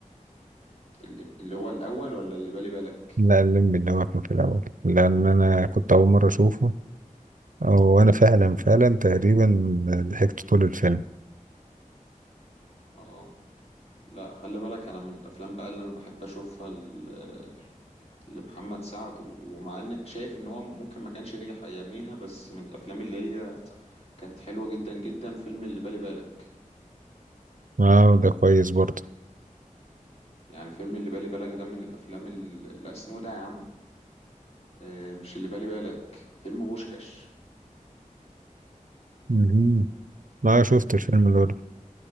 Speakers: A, on the left; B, on the right.
A: اللي اللي هو الاول ولا اللي بالي بالك
B: لا الليمبي اللي هو كان في الأول لأن أنا كنت أول مرة أشوفه أو أنا فعلا فعلا تقريبا ضحكت طول الفيلم
A: اه لا خلي بالك انا من الافلام بقى اللي انا بحب اشوفها ل- لمحمد سعد ومع ان شايف ان هو ممكن ما كانش نجح اياميها بس من الافلام اللي هي كانت حلوه جدا جدا فيلم اللي بالي بالك
B: اه ده كويس برضه
A: يعني فيلم اللي بالي بالك ده من الافلام اللي لا اسمه ده يا عم آه، مش اللي بالي بالك فيلم بوشكاش
B: مهم. ما شفت الفيلم ده برضه.